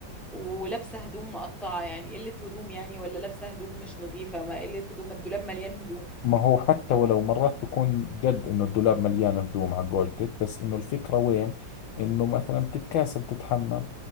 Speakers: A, in the centre; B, on the left (about 80°).
A: ولابسة هدوم مقطعة يعني قلة هدوم يعني ولا لابسة هدوم مش نظيفة ما قلة هدوم ما الدولاب مليان هدوم
B: ما هو حتى ولو مرات بكون جد انه الدولاب مليان هدوم على قولتك بس انه الفكرة وين انه مثلا بتتكاسل تتحمم